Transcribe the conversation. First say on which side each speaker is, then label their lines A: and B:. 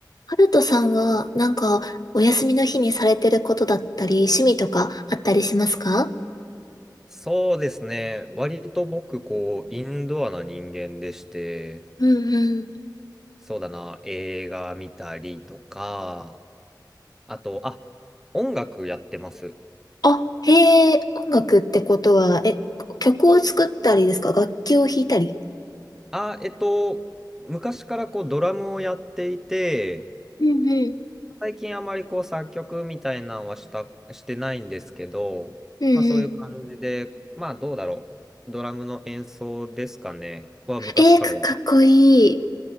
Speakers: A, on the left; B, in the centre.
A: ハルトさんは、なんか、お休みの日にされてることだったり、趣味とかあったりしますか
B: そうですね。割と僕、こう、インドアな人間でして、
A: うんうん。
B: そうだな、映画見たりとか、あと、あ、音楽やってます。
A: あ、へえ、音楽ってことは、え、曲を作ったりですか楽器を弾いたり
B: あ、えっと、昔からこう、ドラムをやっていて、
A: うんうん。
B: 最近あまりこう、作曲みたいなのはした、してないんですけど、
A: うんうん。
B: まあそういう感じで、まあどうだろう。ドラムの演奏ですかね、は昔からやる。
A: えー、かかっこいい。